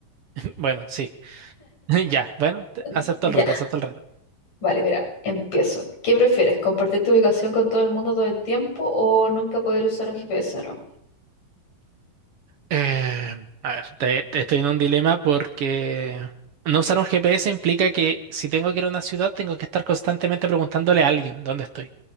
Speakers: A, on the right (about 80°); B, on the left (about 55°).
A: <laughs> Bueno, sí. <laughs> Ya, bueno, te-
B: Eh,
A: acepto
B: Ya,
A: el reto, acepto el reto.
B: vale, mira, empiezo. ¿Qué prefieres? ¿Compartir tu ubicación con todo el mundo todo el tiempo o nunca poder usar un GPS, ¿no?
A: Eh, a ver, te, te estoy en un dilema porque no usar un GPS implica que si tengo que ir a una ciudad, tengo que estar constantemente preguntándole a alguien dónde estoy.